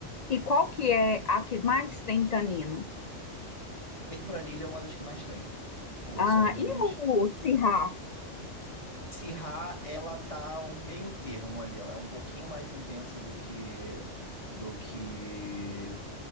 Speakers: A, on the left; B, on the left.
A: E qual que é a que mais tem tanino?
B: Tempranilha é uma das que mais tem. Ou
A: Ah,
B: são os vinhos.
A: e o Syrah?
B: Syrah, ela tá um meio termo ali. Ela é um pouquinho mais intensa do que do que